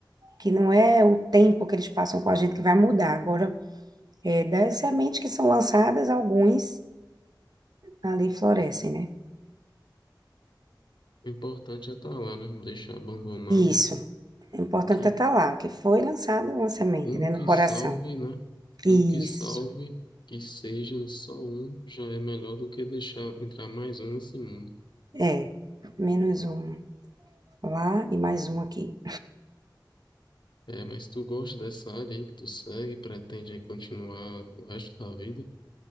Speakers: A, on the right; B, on the left.
A: que não é o tempo que eles passam com a gente que vai mudar. Agora, é, das sementes que são lançadas, alguns ali florescem, né?
B: O importante é estar lá, né? Não deixar abandonado.
A: Isso. É importante
B: Que
A: estar lá, porque foi lançado uma semente,
B: um
A: né,
B: que
A: no coração.
B: salve, né?
A: Isso.
B: Um que salve, que seja só um, já é melhor do que deixar entrar mais um assim
A: É. Menos um lá e mais um aqui.
B: É, mas tu gosta dessa área aí que tu segue, pretende aí continuar o resto da vida?